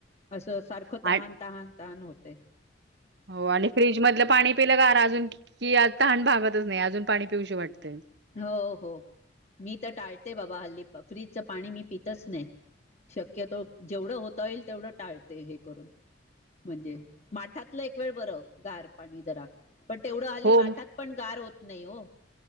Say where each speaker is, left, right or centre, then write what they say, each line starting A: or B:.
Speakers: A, on the left; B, on the right.
A: असं सारखं तहान
B: आ
A: तहान तहान होतय.
B: हो आणि फ्रीज मधलं पाणी आपिला कार अजून कि आ तहान भागतच नाही, अजून पाणी पिऊशी वाटत.
A: हो हो मी तर टाळते बाबा हल्ली फ्रीजचं पाणी मी पितच नाही. शक्यतो जेवढं होता येईल तेवढं टाळते हे करून म्हणजे माठात ल एक वेळ बर गार पाणी जरा पण तेवढं हली
B: हो
A: माठात पण गार होत नाही हो.